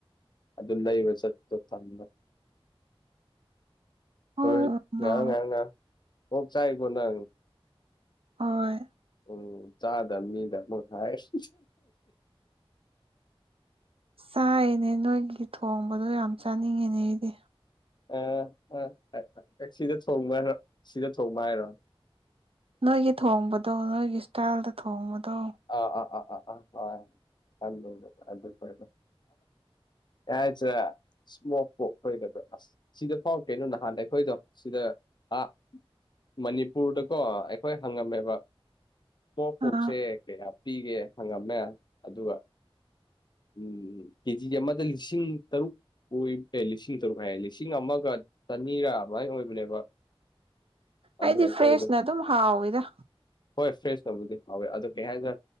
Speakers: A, on the left; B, on the right.
A: ꯑꯗꯨ ꯂꯩꯕ ꯆꯠꯄꯗ ꯐꯝꯒ
B: ꯑꯣ
A: ꯍꯣꯏ ꯉ
B: ꯅꯣ
A: ꯉ ꯑꯣꯞ ꯆꯥꯏ ꯈꯨꯅ
B: ꯍ
A: ꯎꯝ ꯆꯥꯗꯝ ꯃꯤꯗꯃ ꯍꯥꯏ ꯁꯤ
B: ꯆꯥꯏꯅꯦ ꯅꯣꯏꯒꯤ ꯊꯣꯡꯕꯗꯣ ꯌꯥꯝ ꯆꯥꯅꯤꯡꯉꯤꯅꯦ ꯑꯩꯗꯤ
A: ꯑ ꯁꯤꯗ ꯊꯣꯡꯕ ꯍꯥꯏꯔꯣ ꯁꯤꯗ ꯊꯣꯡꯕ ꯍꯥꯏꯔꯣ
B: ꯅꯣꯏꯒꯤ ꯊꯣꯡꯕꯗꯣ ꯅꯣꯏꯒꯤ ꯏꯁꯇꯥꯏꯜꯗ ꯊꯣꯡꯕꯗꯣ
A: ꯑ ꯑꯥ ꯑꯥ ꯑꯥ ꯑꯥ ꯍ ꯑꯗꯨ ꯑꯗꯨ ꯌꯥꯆꯥ ꯏꯁꯃꯣꯛꯄꯣꯛ ꯑꯩꯈꯣꯏꯕꯗ ꯑꯁ ꯁꯤꯗ ꯐꯥꯎ ꯀꯩꯅꯣ ꯅꯍꯥꯟꯗ ꯑꯩꯈꯣꯏꯗꯣ ꯁꯤꯗ ꯑ ꯃꯅꯤꯄꯨꯔꯗꯀꯣ ꯑꯩꯈꯣꯏ ꯍꯪꯉꯝꯃꯦꯕ ꯄꯣꯛ ꯄꯣꯛꯁꯦ
B: ꯑꯥ
A: ꯀꯌꯥ ꯄꯤꯒꯦ ꯍꯪꯉꯝꯃꯦ ꯑꯗꯨꯒ ꯎꯝ ꯀꯦꯖꯤ ꯑꯃꯗ ꯂꯤꯁꯤꯡ ꯇꯔꯨꯛ ꯀ ꯂꯤꯁꯤꯡ ꯇꯔꯨꯛ ꯍꯥꯏꯌꯦ ꯂꯤꯁꯤꯡ ꯑꯃꯒ ꯆꯅꯤꯔꯥ ꯑꯗꯨꯃꯥꯏꯅ ꯑꯣꯏꯕꯅꯦꯕ <unintelligible>
B: ꯑꯩꯗꯤ
A: ꯑꯩꯈꯣꯏꯗꯣ
B: ꯐꯦꯁꯅ ꯑꯗꯨꯝ ꯍꯥꯎ ꯏꯗ
A: ꯍꯣꯏ ꯐ꯭ꯔꯦꯁ ꯇꯧꯕꯗꯤ ꯍꯋꯦ ꯑꯗꯨ ꯀꯩ ꯍꯥꯏꯔꯒ